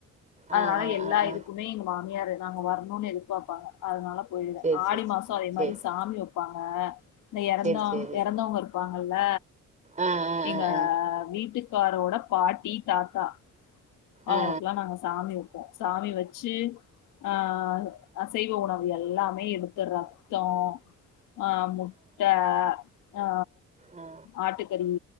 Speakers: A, on the left; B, on the right.
A: அதனால
B: ஆ ஆ
A: எல்லா
B: ஆ ஆ
A: இது க்குமே எங்க மாமியார் நாங்க வரணுன் எதிர்பார்ப்பாங்க அதனால போயிடுவே
B: சேரி
A: ஆடி
B: சேரி
A: மாசோ அதே
B: சேரி
A: மாரி
B: சேரி
A: சாமி வெப்பாங்க இந்த எறந்த
B: சேரி சேரி
A: எறந்தவங்க இருப்பாங்கல்ல
B: ஆ ஆ
A: எங்க
B: ஆ ஆ
A: வீட்டுக்காரோட பாட்டி தாத்தா அவுங்களுக்கெல்லா
B: ஆ
A: நாங்க சாமி வெப்போ சாமி வச்சி ஆ செய் யோனு அது எல்லாமே எடுத்த ரத்தோ ஆ ட்ட ஆ
B: ஆ
A: ஆட்டுக்கறி